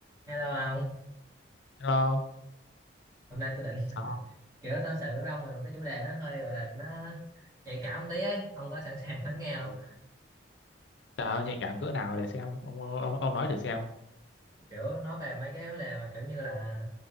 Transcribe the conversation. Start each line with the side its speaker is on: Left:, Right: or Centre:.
Right: Hello ông,
Left: Hello,
Right: hôm nay tôi định <laughs>
Left: sao
Right: kiểu tâm sự với ông về một cái chủ đề nó hơi gọi là nó nhạy cảm một tí ấy, ông có sẵn <laughs> sàng lắng nghe
Left: Ờ,
Right: không?
Left: trời ơi, nhạy cảm cỡ nào để xem ông ông ông nói thử xem.
Right: Kiểu nói về mấy cái vấn đề mà kiểu như là